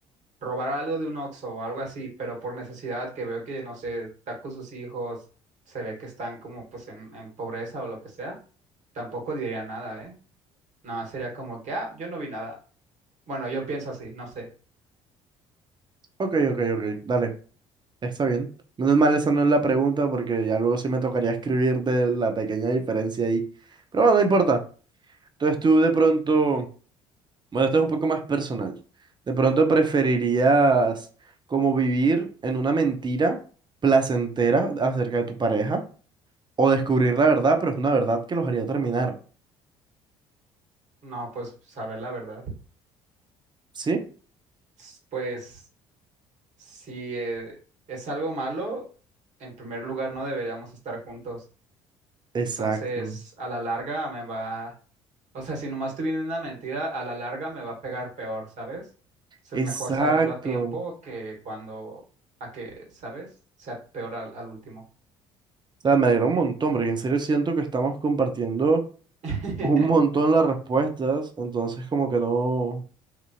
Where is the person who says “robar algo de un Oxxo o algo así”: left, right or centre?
Right